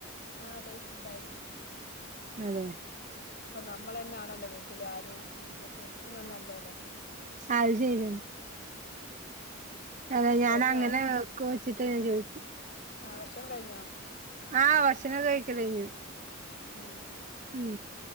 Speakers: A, on the left; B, on the right.
A: ആ ടേസ്റ്റ് ഉണ്ടായിരുന്നു
B: അതെ
A: അപ്പൊ നമ്മൾ തന്നെയാണല്ലോ വീട്ടില് ആരും ഗസ്റ്റിനൊന്നുമല്ലല്ലോ
B: അത് ശരിയാണ് അല്ല ഞാൻ
A: കഴിഞ്ഞോ
B: അങ്ങനെ വെക്കുവോ വച്ചിട്ട ഞാൻ
A: ആ
B: ചോയിച്ചേ
A: ആ ഭക്ഷണം കഴിഞ്ഞോ
B: ആഹ് ഭഷണമൊക്കെ കഴിക്കല് കഴിഞ്ഞു
A: ഉം
B: ഉം